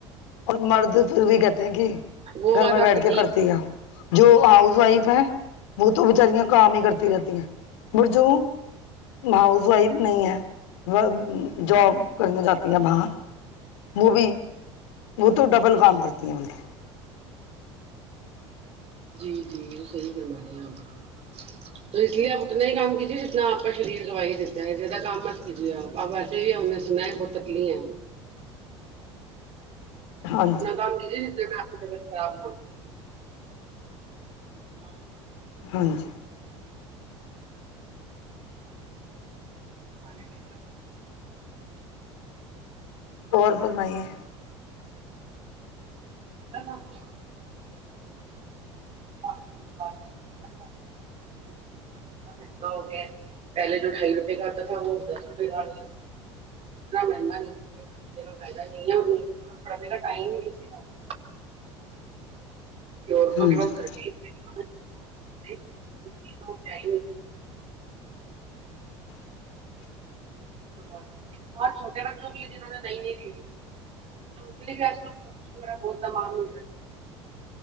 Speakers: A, on the left; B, on the right.
A: اور مرد پھر بھی کہتے ہیں کہ
B: وہ
A: گھر
B: بات
A: میں بیٹھ
B: آپ کی
A: کے
B: ٹھیک
A: کرتی ہے جو ہاؤس وائف ہے وہ تو بچاریاں کام ہی کرتی رہتی ہیں پر جو ہاؤس وائف نہیں ہے جاب کرنے جاتی ہے باہر وہ بھی وہ تو ڈبل کام
B: جی
A: کرتی ہیں بلکہ
B: جی جی صحیح پرم رہے ہے آاں میرے کو
A: بچ <inaudible>
B: تو اس لیے آپ اتنا ہی کام کیجیے جتنا آپ کا شریر گوائی ہی دیتا ہے جدا کام مت کیجیے آپ بس آ نے سنا ہے بہت تکلی آ
A: ہاں جی
B: دام کسیے آشی ا سامنا <unintelligible> ہ <unintelligible>
A: ہاں جی
B: ان <unintelligible>
A: اور فرمائیے
B: ب ہمپ بات کرنا <unintelligible> اوکے <unintelligible> پہلے جو ڈھائی روپئے کا آتا تھا وہ اب دس روپیئے کا آنے لگتے ت مہن کا ف ہے پڑے کا ٹائم نہیں کسی کا <unintelligible> اور
A: ہاں
B: تو کی ترکی
A: جی
B: <unintelligible> ج <unintelligible>
A: چبچ <inaudible>
B: والے ہاں چھوٹے بچوں کے لیے جنہوں نے نئی نہیں د دیی <unintelligible> بکس وغہ بہت امان مل جتی ہیں <unintelligible>